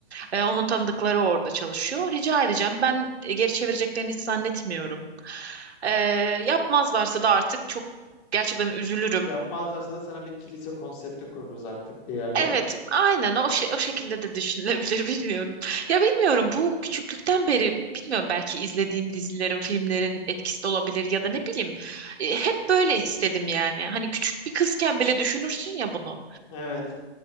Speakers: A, on the right; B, on the left.
A: Ee, onun tanıdıkları orada çalışıyor. Rica edeceğim. Ben e, geri çevireceklerini hiç zannetmiyorum. Ee, yapmazlarsa da artık çok gerçekten üzülürüm.
B: Yapmazlarsa da sana bir kilise konsepti kururuz artık bir yerde.
A: Evet, aynen o şey, o şekilde de düşünülebilir <laughs> bilmiyorum. Ya bilmiyorum bu küçüklükten beri bilmiyorum belki izlediğim dizilerin, filmlerin etkisi de olabilir ya da ne bileyim. E, Hep böyle istedim yani. Hani küçük bir kızken bile düşünürsün ya bunu.
B: Evet.